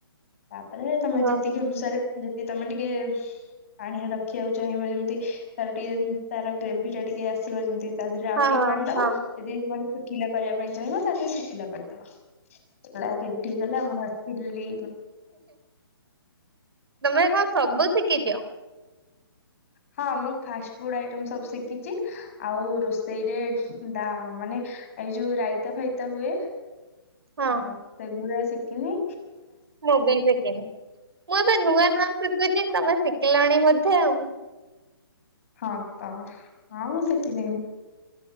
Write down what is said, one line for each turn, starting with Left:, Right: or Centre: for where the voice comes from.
Left: ତାପରେ ତମେ
Right: ହଁ
Left: ଯେତିକି ଅନୁସାରେ ଯେ ତମେ ଟିକେ ପାଣିଆ ରଖିବାକୁ ଚାହିଁବ ଯେମିତି ତାର ଟିକେ ତାର ଗ୍ରେଭି ଟା ଟିକେ ଆସିବ ଯେମିତି ତା ଦେହରେ ଆଉ
Right: ହଁ
Left: ଟିକେ ପାଣି ଦବ
Right: ହଁ
Left: ଯଦି ଶୁଖିଲା କରିବା ପାଇଁ ଚାହିଁବ ତାରେ ଶୁଖିଲା କ ତ। ଏ ରେଡିଗଲା ଆମ ଲି
Right: ଗମେ କଣ <unintelligible> ସବୁ ଶିଖିଛ।
Left: ହଁ ମୁଁ ଫାଷ୍ଟ ଫୁଡ ଆଇଟମ ସବୁ ଶିଖିଛି ଆଉ ରୋଷେଇରେ ଡା ମାନେ ଏଇ ଯୋଉ ରାଇତା ଫାଇତା ହୁଏ।
Right: ହଁ
Left: ହ ସେଗୁୁର ଶୀଖିନି
Right: ମୁଁ ବି ସିକିନି ମୁଁ ତ ନୂଆ ନୂଆ ଶିକୁଛୁ ତମେ ସିଖିଲନି ବୋଧେ ଆଉ।
Left: ହଁ ତ ଆଉ ସିକିଲିନି।